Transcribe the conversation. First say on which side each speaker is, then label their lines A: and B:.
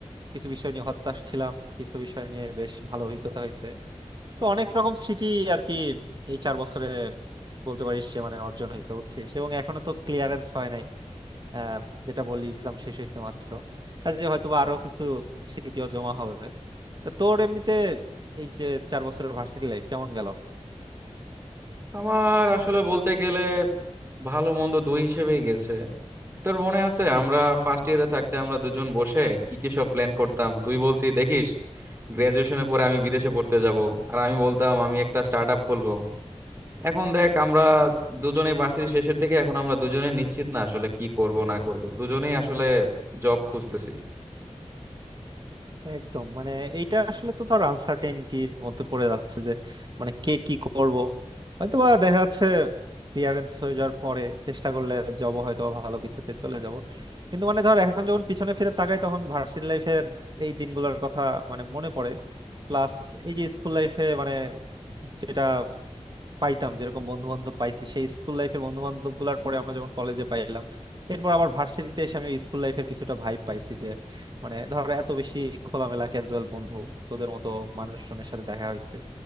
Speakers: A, on the right (about 40°); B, on the right (about 25°).
A: কিছু বিষয় নিয়ে হতাশ ছিলাম কিছু বিষয় নিয়ে বেশ ভালো অভিজ্ঞতা হয়েছে তো অনেক রকম স্মৃতি আর কি এই চার বছরে বলতে পারিস যে মানে অর্জন হয়েছে হচ্ছে এবং এখনো তো ক্লিয়ারেন্স হয় নাই আহ, যেটা বললি এক্সাম শেষ হয়েছে মাত্র কাজে হয়তো বা আরো কিছু স্মৃতিও জমা হবে তা তোর এমনিতে এই যে চার বছরের ভার্সিটি লাইফ কেমন গেল
B: আমার আসলে বলতে গেলে ভালো মন্দ দুই হিসেবেই গেছে তোর মনে আছে আমরা ফার্স্ট ইয়ারে থাকতে আমরা দুজন বসে কি কি সব প্ল্যান করতাম তুই বলতি দেখিস গ্রাজুয়েশনের পরে আমি বিদেশে পড়তে যাব আর আমি বলতাম আমি একটা স্টার্ট আপ খুলবো এখন দেখ আমরা দুজনেই ভার্সিটি শেষের দিকে এখন আমরা দুজনেই নিশ্চিত না আসলে কি করব না করব দুজনেই আসলে জব খুঁজতেছি
A: একদম মানে এইটা আসলে তো ধর আনসার্টেনিটির মধ্যে পড়ে যাচ্ছে যে মানে কে কি করব হয়তোবা দেখা যাচ্ছে ক্লিয়ারেন্স হয়ে যাওয়ার পরে চেষ্টা করলে জব হয়তো ভালো কিছুতে চলে যাব কিন্তু মানে ধর এখন যখন পিছনে ফিরে তাকাই তখন ভার্সিটি লাইফের এই দিনগুলোর কথা মানে মনে পড়ে প্লাস এই যে স্কুল লাইফে মানে যেটা পাইতাম যেরকম বন্ধু বান্ধব পাইছি সেই স্কুল লাইফের বন্ধু বান্ধব গুলার পরে আমরা যখন কলেজে পাইলাম এরপর আবার ভার্সিটিতে এসে আমি স্কুল লাইফের কিছুটা ভাইব পাইছি যে মানে ধরো এত বেশি খোলামেলা ক্যাজুয়াল বন্ধু তোদের মতো মানুষজনের সাথে দেখা হয়েছে